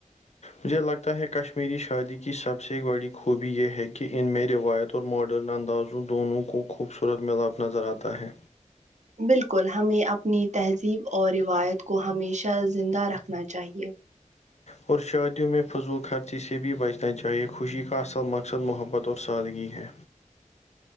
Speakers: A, on the left; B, on the right.
A: مجھے لگتا ہے کشمیری شادی کی سب سے بڑی خوبی یہ ہے کہ ان میں روایتوں اور ماڈرن اندازوں دونوں کو خوبصورت ملاپ نظر آتا ہے
B: بالکل ہمیں اپنی تہذیب اور روایت کو ہمیشہ زندہ رکھنا چاہیے
A: اور شادیوں میں فضول خرچی سے بھی بچنا چاہیے خوشی کا اصل مقصد محبت اور سادگی ہے